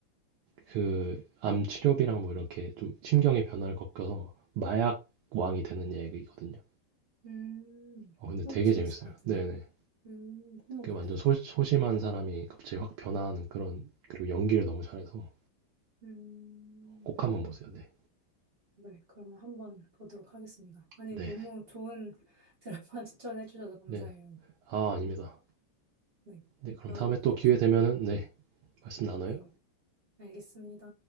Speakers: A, on the right; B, on the right.
A: 그 암 치료비랑 뭐 이렇게 좀 심경의 변화를 겪어서 마약 왕이 되는 얘기거든요.
B: 음,
A: 어, 근데
B: 어,
A: 되게
B: 재밌을
A: 재밌어요.
B: 것 같은데요?
A: 네네.
B: 음, 한번
A: 그
B: 봐야겠다.
A: 완전 소, 소심한 사람이 갑자기 확 변화하는 그런 그리고 연기를 너무 잘해서
B: 음,
A: 꼭 한번 보세요. 네.
B: 네, 그러면 한번 보도록 하겠습니다. 아니,
A: 네.
B: 너무 좋은 드라마 <laughs> 추천해 주셔서 감사해요.
A: 네. 아, 아닙니다.
B: 네.
A: 네, 그럼
B: 다음에
A: 다음에 또
B: 또
A: 기회
B: 궁,
A: 되면은 네, 말씀 나눠요.
B: 네. 알겠습니다.